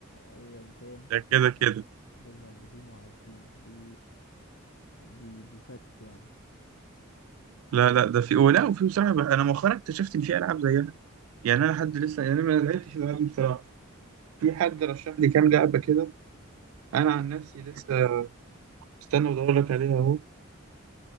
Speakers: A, on the left; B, on the right.
A: أيا كان
B: ده كده كده
A: دول موجودين وعايشين دي دي دي فاكت يعني
B: لا لا ده في ولا وفي بصراحة بقى انا مؤخرا اكتشفت ان في العاب زيها يعني انا حد لسه يعني أنا ما لعبتش الالعاب دي بصراحة في حد رشح لي كام لعبة كده أنا عن نفسي لسه استنى بدور لك عليها أهو